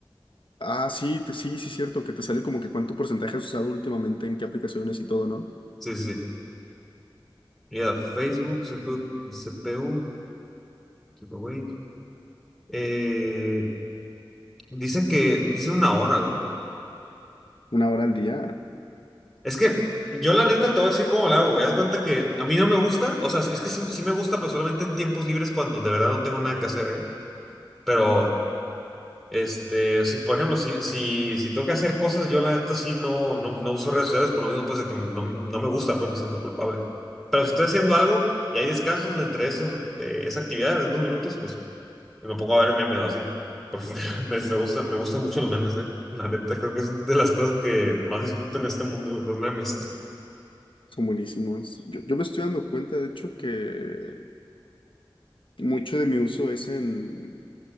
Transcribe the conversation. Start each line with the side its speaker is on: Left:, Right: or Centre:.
Left: Ah, sí, te- sí, sí, es cierto, que te sale como que cuánto porcentaje has usado últimamente en qué aplicaciones y todo, ¿no?
Centre: Sí, sí. sí. Mira, Facebook, CPU, CPU, Eh, dice que, dice una hora, güey.
Left: Una hora al día,
Centre: Es que yo la neta te voy a decir cómo la hago, güey. Haz de cuenta que a mí no me gusta, o sea, es que sí, sí me gusta, pero solamente en tiempos libres cuando de verdad no tengo nada que hacer, ¿eh? Pero, este, si, por ejemplo, si, si, si tengo que hacer cosas, yo la neta sí no, no, no uso redes sociales por lo mismo, pues, de que no, no me gusta, pues me siento culpable. Pero si estoy haciendo algo y hay descansos entre esos, de esa actividad de unos minutos, pues Y me pongo a ver memes o así. Porque <laughs> me, me, gusta me gustan mucho los memes, ¿eh? La neta, creo que es de las cosas que más disfruto en este mundo, güey, los memes.
Left: son buenísimos. Yo, yo me estoy dando cuenta, de hecho, que mucho de mi uso es en,